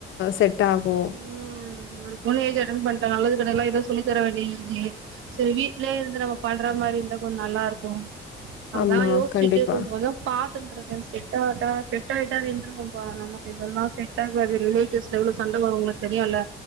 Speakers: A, on the left; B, on the right.
A: செட் ஆகு
B: ம் ஒரு புள்ள ஏஜ் அட்டன் பண்டா நல்லது கெட்டதுல்லா சொல்லி தர வேண்டியருக்கு சேரி வீட்லேருந்து நம்ம பண்ற மாரி இருந்தா கொஞ்சோ நல்லாருக்கு அதா
A: ஆமா
B: யோசிச்சுட்டு
A: கண்டிப்பா
B: கொஞ்சோ கொஞ்சோ பாத்துட்ருக்கே செட்டா ஆட்டா செட் ஆயிட்டா நமக்கு இதெலா செட் ஆகாது ரிலேட்டிவ்ஸ் எவ்ளோ சண்ட வரு உங்களுக்கு தெரியுல